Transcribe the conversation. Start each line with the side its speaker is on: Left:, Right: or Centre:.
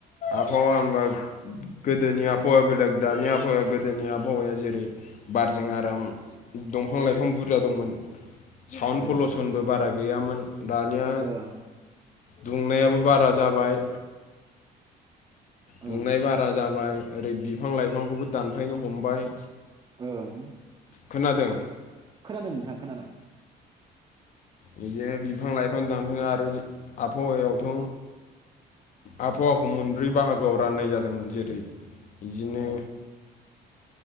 Left: आबहावा होनबा गोदोनि आबहावा बेलेग दानि आबहावाया बेलेग गोदोनि आबहावाया जेरै बारजों आराम दंफां लाइफां ब बुरजा दंमोन साउन्ड
Right: ओं
Left: पलुसनबो बारा गैयामोन दानिया
Right: ओं
Left: दुंनायाबो बारा जाबाय। दुंनाय
Right: ओं
Left: बारा जाबाय ओरै बिफां लाइफांखौबो दानफायनो हमबाय
Right: औ
Left: खोनादों
Right: खोनादों नोंथां खोनादों
Left: बिदिनो बिफां लाइफां दानफ आरो आबहावायावथ' आबहावाखौ
Right: ओं
Left: मोनब्रै बाहागोआव राननाय जादोंमोन जेरै बिदिनो
Right: ओं